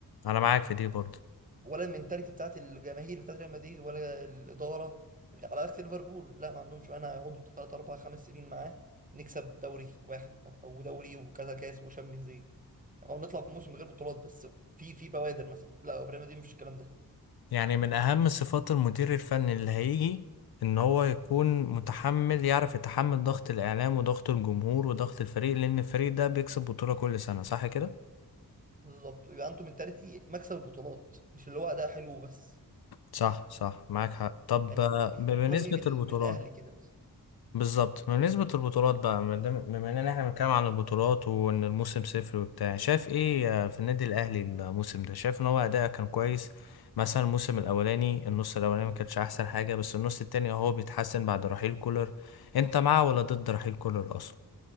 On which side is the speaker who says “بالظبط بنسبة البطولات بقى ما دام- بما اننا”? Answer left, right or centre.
Left